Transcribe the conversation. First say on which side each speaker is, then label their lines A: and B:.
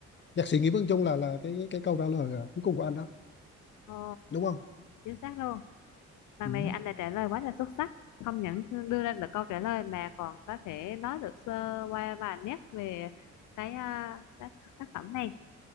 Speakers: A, on the left; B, on the left.
A: nhạc sĩ Nguyễn Văn Trung là là cái cái câu trả lời à, cuối cùng của anh đó
B: Ồ,
A: đúng không
B: chính xác luôn. Lần
A: ừ.
B: này anh đã trả lời quá là xuất sắc, không những đưa ra được câu trả lời mà còn có thể nói được sơ qua vài nét về cái à, tác, tác phẩm này.